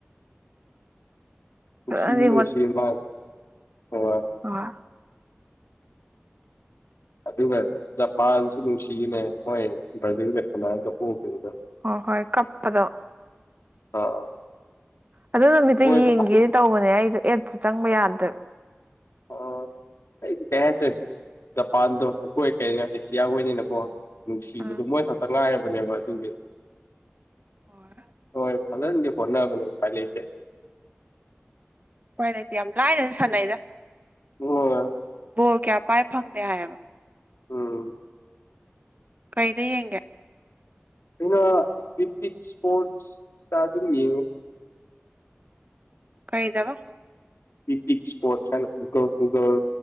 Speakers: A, on the right; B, on the left.
A: ꯐꯖꯅꯗꯤ
B: ꯁꯤꯅꯤ ꯅꯨꯡꯁꯤ ꯃꯥ ꯍ
A: ꯑ
B: ꯑꯗꯨꯒ ꯖꯄꯥꯟꯁꯨ ꯅꯨꯡꯁꯤꯅꯦ ꯃꯣꯏ ꯕ꯭ꯔꯥꯖꯤꯜ ꯋꯦꯁꯀꯨꯃꯥꯔꯗ ꯎꯈꯤꯕꯗ
A: ꯍ ꯍꯣꯏ ꯀꯄꯗꯣ
B: ꯑꯥ
A: ꯑꯗꯨ ꯅꯨꯃꯤꯠꯇ
B: ꯃꯣꯏꯗꯣ
A: ꯌꯦꯡꯒꯦꯗꯤ ꯇꯧꯕꯅꯦ ꯑꯩꯁꯨꯣ ꯑꯦꯠꯁ ꯆꯪꯕ ꯌꯥꯗ꯭ꯔꯣ
B: ꯑꯣ ꯑꯩꯗꯤ ꯀꯩ ꯍꯥꯏꯇꯣꯏꯅꯦ ꯖꯄꯥꯟꯗꯣ ꯑꯩꯈꯣꯏ ꯀꯔꯤꯅꯣ ꯑꯦꯁꯤꯌꯥ ꯍꯣꯏꯅꯤꯅꯀꯣ ꯅꯨꯡꯁꯤꯕꯗꯣ
A: ꯑꯥ
B: ꯃꯣꯏ ꯈꯛꯇ ꯉꯥꯏꯔꯕꯅꯦꯕ ꯑꯗꯨꯒꯤ
A: ꯍꯣꯏ
B: ꯍꯣꯏ ꯐꯖꯗꯤꯦ ꯐꯣꯅꯕꯗ ꯐꯥꯏ ꯂꯩꯇꯦ
A: ꯍꯣꯏ ꯂꯩꯥꯏꯇ ꯌꯥꯝ ꯂꯥꯏꯅ ꯁꯅꯗ
B: ꯍ
A: ꯑꯣ ꯀꯌꯥ ꯄꯥꯏ ꯐꯪꯗꯦ ꯍꯥꯏꯌꯦꯕ
B: ꯑꯝ
A: ꯀꯩꯗ ꯌꯦꯡꯒꯦ
B: ꯑꯩꯅ ꯏꯄꯤꯛ ꯏꯁꯄꯣꯔꯠꯁꯇ ꯑꯗꯨꯝ ꯌꯦꯡꯉꯤ
A: ꯀꯩꯗꯕ
B: ꯄꯤꯛꯅꯤꯛ ꯁꯄꯣꯠ ꯨꯒꯜ